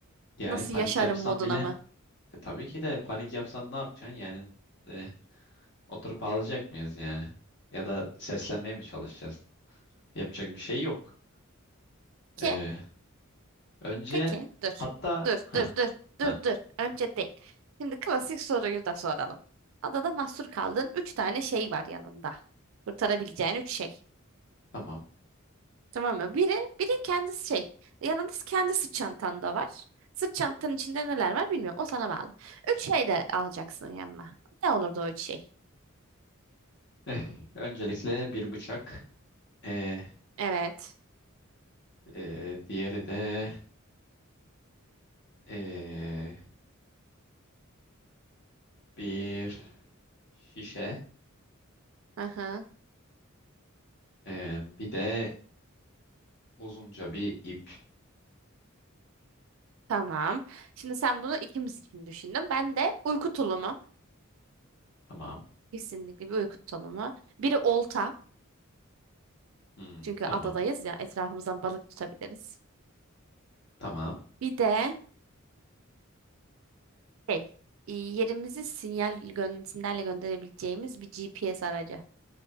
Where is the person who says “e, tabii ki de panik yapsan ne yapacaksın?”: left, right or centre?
Left